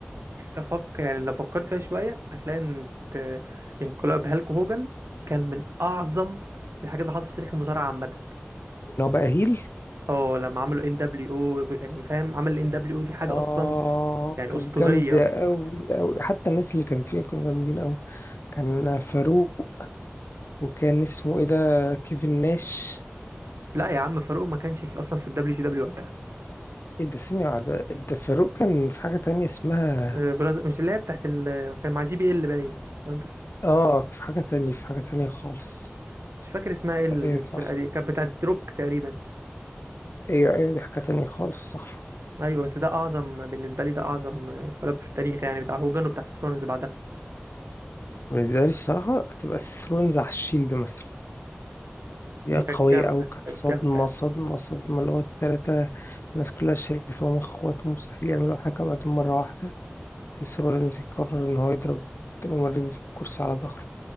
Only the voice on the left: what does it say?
ان هو بقى هيل
اه
كان
جامد أوي أوي حتى الناس اللي كان فيها كانوا جامدين أوي كان فاروق وكان اسمه ايه ده كيفن ناش
ايه ده ثانية ده, ده فاروق كان في حاجة تانية اسمها
اه في حاجة تانية في حاجة تانية خالص
ايوه صح
ايوه ايوه دي حاجة تانية خالص صح
بالنسبة لي بصراحة هتبقى سيسرونز على الشيلد مثلا دي
قوية
أوي كانت
صدمة
صدمة صدمة اللي هو التلاتة الناس كلها شايفاهم اخوات مستحيل يعملوا حاجة بعدين مرة واحدة سيسرونز يقرر إن هو يضرب رومارينز بالكرسي على ظهره